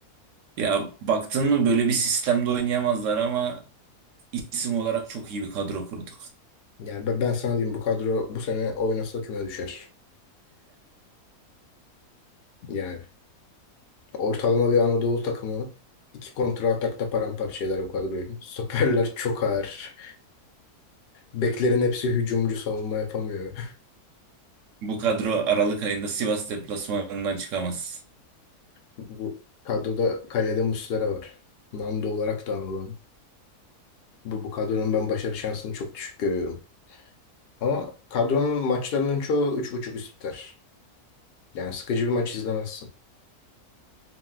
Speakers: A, on the right (about 65°); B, on the left (about 65°).
A: Ya baktın mı böyle bir sistemde oynayamazlar ama isim olarak çok iyi bir kadro kurduk.
B: Yani ben, ben sana diyeyim bu kadro bu sene oynasa küme düşer. Yani. Ortalama bir Anadolu takımı iki kontra atakta paramparça eder bu kadroyu. Stoperler çok ağır. Beklerin hepsi hücumcu savunma yapamıyor.
A: Bu kadro Aralık ayında Sivas deplasmanından çıkamaz.
B: Bu kadroda kalede Muslera var. Nando olarak da anılan. Bu, bu kadronun ben başarı şansını çok düşük görüyorum. Ama kadronun maçlarının çoğu 3.5 üst biter. Yani sıkıcı bir maç izlemezsin.